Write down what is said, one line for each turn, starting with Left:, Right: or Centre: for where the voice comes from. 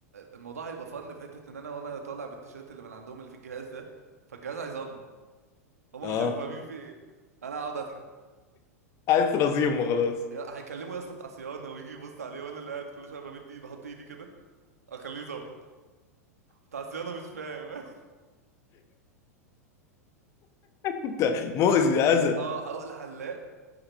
Right: الموضوع هيبقى فن في حته ان انا وانا طالع بالتيشيرت اللي من عندهم اللي فيه الجهاز ده فالجهاز هيزمر هم
Left: اه
Right: مش هيبقوا فاهمين في ايه انا هقعد اضحك
Left: عايز رزيم وخلاص
Right: يا- هيكلموا يا اسطى بتاع صيانه ويجي يبص عليه وانا اللي قاعد كل شويه بمد ايدي بحط ايدي كده اخليه يزمر بتاع صيانه مش فاهم
Left: انت مؤذي ده اذى
Right: <laughs> اه هروح لحلاق